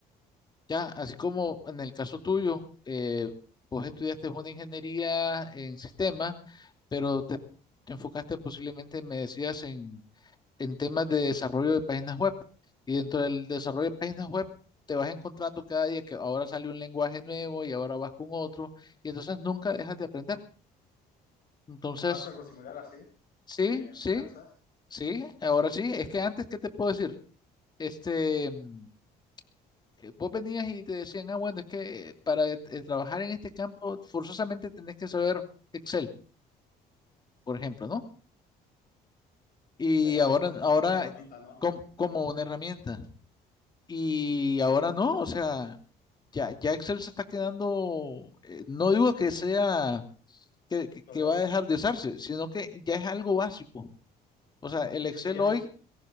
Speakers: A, on the left (about 25°); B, on the left (about 60°).
A: ¿ya? Así como en el caso tuyo, eh, vos estudiaste una ingeniería en sistemas, pero te, te enfocaste posiblemente, me decías, en temas de desarrollo de páginas web. Y dentro del desarrollo de páginas web te vas encontrando cada día que ahora sale un lenguaje nuevo y ahora vas con otro y entonces nunca dejas de aprender. Entonces,
B: Pasa algo similar así
A: sí,
B: eh, en
A: sí,
B: finanzas.
A: sí, ahora sí, es que antes, ¿qué te puedo decir? Este, mm, eh, vos venías y te decían, ah, bueno, es que eh, para eh, trabajar en este campo forzosamente tenés que saber Excel, por ejemplo, ¿no? Y
B: Sí.
A: ahora,
B: Como
A: ahora
B: una herramienta, ¿no?
A: com- como una herramienta. Y ahora no, o sea, Ya, ya Excel se está quedando, eh, no digo que sea, que, que- que
B: Soleto.
A: va a dejar de usarse, sino que ya es algo básico. O sea, el
B: Sí,
A: Excel
B: que ya
A: hoy
B: no hay,